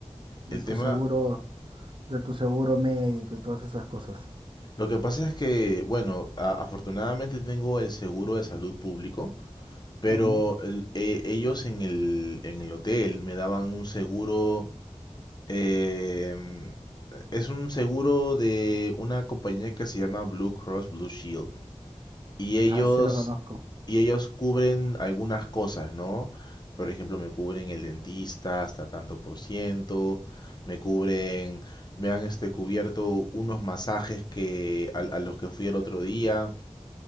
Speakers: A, on the right; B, on the left.
A: De
B: El
A: tu
B: tema,
A: seguro, de tu seguro médico y todas esas cosas.
B: lo que pasa es que, bueno, a- afortunadamente tengo el seguro de salud público Pero
A: Ujú.
B: el- e- ellos en el, en el hotel me daban un seguro, em, es un seguro de una compañía que se llama Blue Cross Blue Shield. Y ellos,
A: Ah, sí la conozco.
B: y ellos cubren algunas cosas, ¿no? Por ejemplo, me cubren el dentista hasta tanto por ciento, me cubren, me han este, cubierto unos masajes que, a, a los que fui el otro día